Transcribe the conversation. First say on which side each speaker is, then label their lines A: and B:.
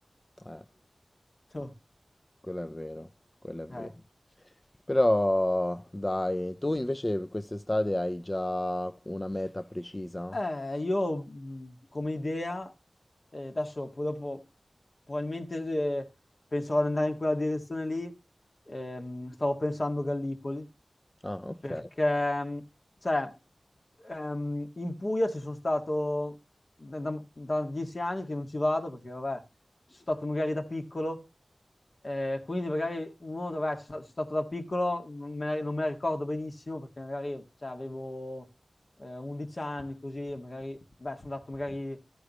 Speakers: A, on the left (about 30°); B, on the left (about 55°).
A: Eh,
B: Cioè,
A: quello è vero, quello è vero.
B: eh.
A: Però dai, tu invece per quest'estate hai già una meta precisa?
B: Eh, io mh, come idea, eh, adesso poi dopo probabilmente eh, penserò ad andare in quella direzione lì. Ehm, stavo pensando Gallipoli,
A: Ah, ok.
B: perché, mm, cioè, ehm, in Puglia ci sono stato da, da- da dieci anni che non ci vado perché, vabbè, ci sono stato magari da piccolo, eh, quindi magari uno, vabbè, ci sono ci sono stato da piccolo, non me la, non me la ricordo benissimo perché magari, cioè, avevo eh, 11 anni, così, magari, beh, sono andato magari,